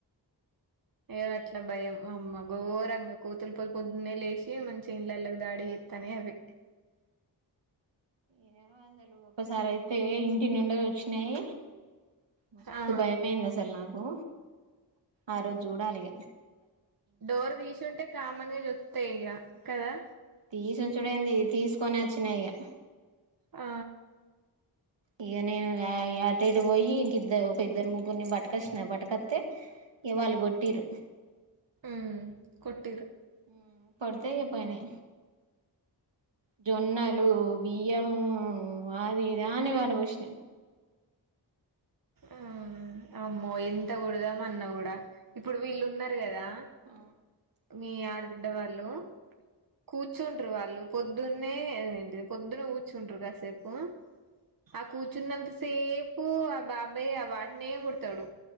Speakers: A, on the right; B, on the right.
A: ఏ అట్లా భయం అమ్మ ఘోరంగా కోతులు పొద్దు పొద్దున్న లేసి శి మంచిగా ఇండ్లల్లకి దాడి తాన్నయి అవి
B: ఏమో అసలు ఒకసారి అయితే ఇంటి నిండా జొచ్చి నయి మస్తు
A: ఆ
B: భయమయింది అసలు నాకు ఆ రోజు చూడాలిగా
A: డోర్ తీసుంటే కామన్గ జో త్తయి ఇగ కదా
B: తీసి ఉంచుడెంది తీసుకొని వచ్చినయి ఇగ
A: ఆ
B: ఇగ నేను అటేటు పోయి ఇంకిద్దరు ఒక ఇద్దరు ముగ్గురుని పట్టకొచ్చిన పట్టకస్తే ఇక వాళ్ళు కొట్టిరు
A: ఉమ్ కొట్
B: ఉమ్ కొడుతే ఇగ పోయినయి జొన్నలు
A: ఆ
B: బియ్యము అది ఇది అన్ని పడపోసినాయ్
A: ఆ అమ్మో ఎంతకొడదామన్న కూడా ఇప్పుడు వీళ్ళు ఉన్నారు కదా
B: ఆ
A: మీ ఆడబిడ్డ వాళ్ళు కుత్ కూర్చుంటరు వాళ్ళు పొద్దున్నే పొద్దున కూర్చుంటరు కాసేపు ఆ కూర్చున్నంత సేపు ఆ బాబాయ్ ఆ వాటినే కొడతడు